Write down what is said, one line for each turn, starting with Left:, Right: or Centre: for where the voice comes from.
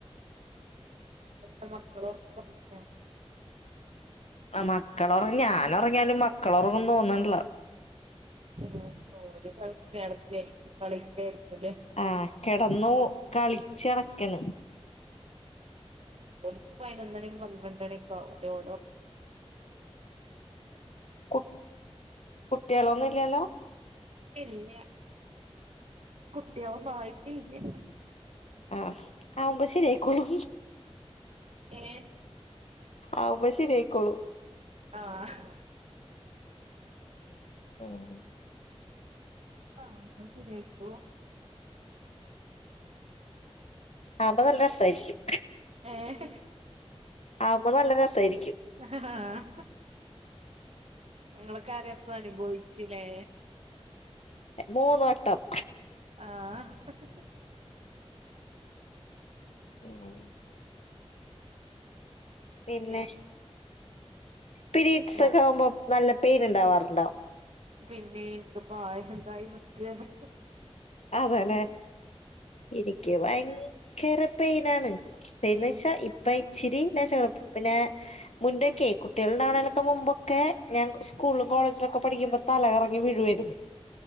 Right: ഇങ്ങട്ട് മക്കളോക്ക ഉറങ്ങിയോ
Left: മക്കളോറങ്ങി ഞാനെ്റങ്ങിയാലും മക്കളുറങ്ങന്നും തോന്നണില്ല
Right: ഉം ഓര് കളിച്ച് നടക്കായിരിക്കും കളിക്കായിരിക്കുല്ലേ
Left: ആഹ് കിടന്നു കളിച്ചടക്കണ്
Right: ഓഹ് പതിനൊന്നണിയും പന്ത്രണ്ടണിയൊക്കെ ആവുലേ ഓല്
Left: കു കുട്ടികളൊന്നും ഇല്ലാലോ
Right: ഇല്ല കുട്ടിയോളൊന്നായിട്ടില്ല
Left: ആഹ് ആവുമ്പം ശരിയായിക്കോളും
Right: ഏഹ്
Left: ആവുമ്പം ശരിയായിക്കോളും
Right: ആഹ്
Left: ഉം
Right: ആവുമ്പം ശരിയായിക്കോളും
Left: ആപ്പം നല്ല രസായിരിക്കും
Right: ഏഹ്
Left: ആവ്മ്പോ നല്ല രസായിരിക്കും
Right: ആഹ് ഇങ്ങളോക്കെ ആ രസം അനുഭവിച്ചുലെ
Left: മൂന്ന് വട്ടം
Right: ആഹ്
Left: ഉം പിന്നെ
Right: ഞാൻ
Left: പിരീഡ്സൊക്കെ
Right: ഞാ
Left: ആകുമ്പോ നല്ല പെയിൻ ഇണ്ടാവാറ്ണ്ടോ
Right: പിന്നെ ൻക്ക്പ്പാ ആയി സുഖായി നിക്കാണ്
Left: അതെലെ ഇനിക്ക് ഭയങ്കര പെയ്നാണ് പെയ്ൻ
Right: ഉം
Left: വെച്ചാ ഇപ്പം ഇച്ചിരി ഞാൻ ചെർപ്പ പിന്നെ മുന്നൊക്കെയ് കുട്ടോള് ഇണ്ടാവ്ണെല് മുമ്പൊക്കെ ഞാൻ സ്കൂളും കോളേജിലൊക്കെ പഠിക്കുമ്പോ തലകറങ്ങി വീഴുവാര്ന്നു